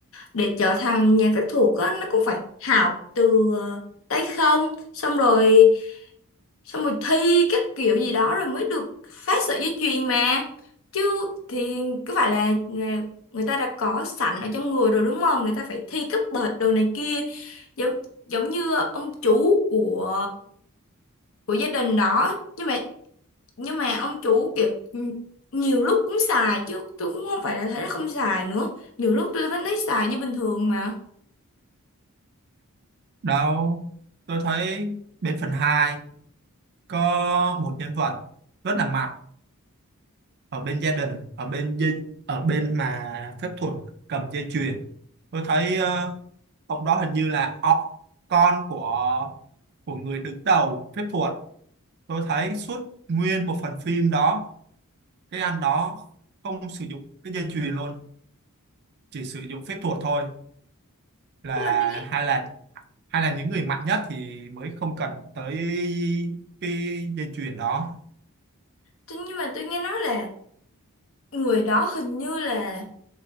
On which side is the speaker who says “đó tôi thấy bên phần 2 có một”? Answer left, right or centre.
Right